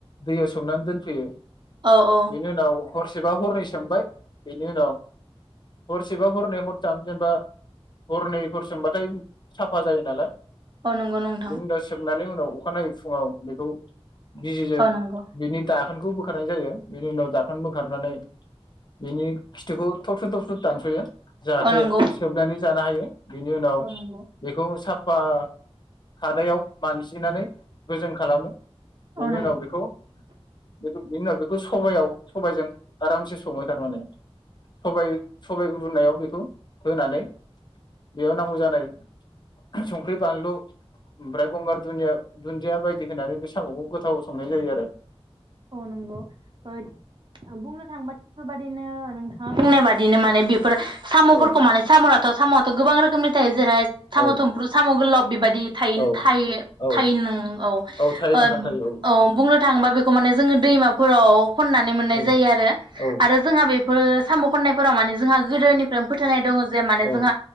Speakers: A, on the left (about 45°); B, on the right (about 50°).
A: दैयाव सोमनानै दोनफैयो
B: औ औ
A: बेनि उनाव हरसेबा हरनै सोमबाय बेनि उनाव हरसेबा हरनै हरथाम जेनेबा हरनैफोर सोमबाथाय साफा जायो नालाय
B: अ नंग नं
A: बिनि उनाव सोमनानै उनाव अखानायै फुङाव बेखौ बिजिजों
B: औ नंगौ
A: बिनि दाखोन खौ बोखारनाय जायो बिनि उनाव दाखोन बोखारनानै बिनि खिथुखौ थबस्र थबस्र दानसयो जाहाथे
B: औ नंगौ
A: सोबनानै जानो हायो बिनि उनाव
B: औ नंगौ
A: बेखौ साफ फा खादायाव मानजिनानै गोजों खालामो
B: औ
A: बेनि
B: नंगौ
A: उनाव बेखौ बेनि बेनि उनाव बेखौ सबायाव सबायजों आरामसे सङो थारमाने सबाय सबायखौ रुनायाव बेखौ होनानै बेयाव नांगौ जानाय संख्रि बानलु ओमफ्राय गंगार दुनिया दुन्दिया बायदि होनानै बे सामखौ गोथाव संनाय जायो आरो।
B: औ नंगौ ओ बुंनो थांबा बेफोरबायदिनो नोंथाङा बुंनाय बादिनो माने बेफोर सामफोरखौ
A: औ
B: माने सामनाथ साम गोबां रोखोमनि थायो जेरै साम
A: औ
B: थुमफ्रु साम गोलाव बेबायदि थायो
A: औ
B: थायो
A: औ
B: थायो नों औ
A: थायो
B: ओ
A: नोंथां थायो
B: औ बुंनो थांबा बे खौ माने जोङो दैमाफोराव खननानै मोननाय
A: औ
B: जायो आरो
A: औ
B: आरो जोंहा बे साम खननायफोराव माने जोंहा गोदोनिफ्रायनो फोथायनाय दङ जे माने जोंहा
A: औ